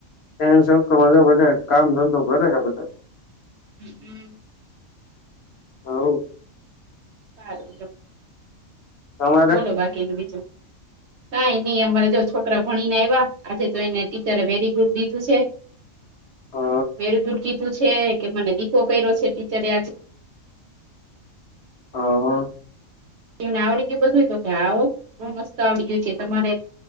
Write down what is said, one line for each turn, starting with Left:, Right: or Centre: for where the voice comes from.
Left: ફ્રેન્ડ સર્કલમાં તો બધા કામ ધંધો કરે બધા
Right: હમ
Left: હવ
Right: <inaudible> હારું
Left: તમારે
Right: બોલો બાકીનું બીજું કઈ ની અમારે જો છોકરા ભણીને આવ્યા આજે તો એને ટીચરે વેરી ગુડ દીધું છે.
Left: અ
Right: વેરી ગુડ કીધું છે, કે મને દીકો કર્યો છે, ટીચરે આ
Left: અ
Right: એને આવડી ગયું બધું તો આવો બો મસ્ત આવડી ગયું કે તમારે